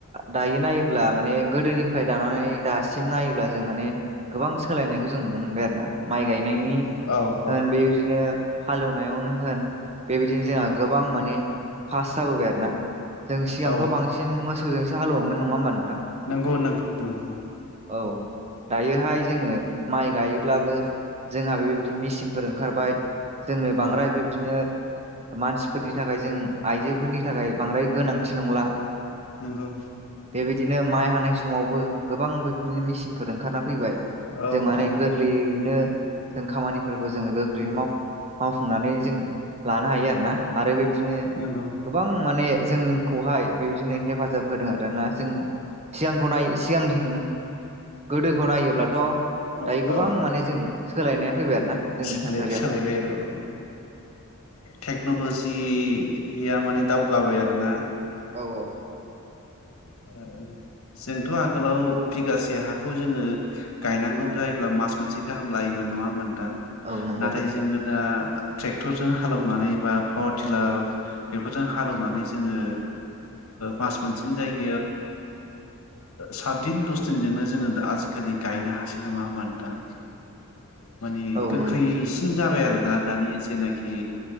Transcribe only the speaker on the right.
दायो नायोब्ला माने गोदोनिफ्राय दानानै दासिम नायोब्ला जों माने गोबां सोलायनायखौ जों नुनो मोनबाय आरो ना माइ गायनाय। नि
ओ बेबादि हालेवनायावनो होन बेबायदिनो जोंहा गोबां माने फास्ट जाबोबाय आरोना। जों सिगांथ'
बांसिन मोसौजों एसे हालवोमोन नङा होनबानो
औ दायोहाय जोङो माइ गायोब्लाबो जोंहा बेबायदि मेचिनफोर ओंखारबाय‌। जोंङनो बांद्राय
बेबदिनो मानसिफोरनि थाखाय जों आइजोफोरनि थाखाय बांद्राय। गोनांथि नंला
बेबायदिनो माइ हानाय समावबो गोबां बिदिनो मेसिनफोर ओंखारना। फैबाय
जों माने
गोरलैयैनो। जों खामानिफोरखौ जोङो गोख्रैनो मावफुंनानै जों लानो हायो आरोोना आरो बे बिदिनो
गोबां माने जोंखौहाय बेबायदिनो हेफाजाब होदों आर ना जों सिगांखौ नाय सिगांथि गोदोखौ नायोब्लाथ'।
दायो गोबां
माने जों सोलायनाया फैबाय आरोना जोंनि
थासारियाव
औ औ
औ नंगौ
औ
नंगौ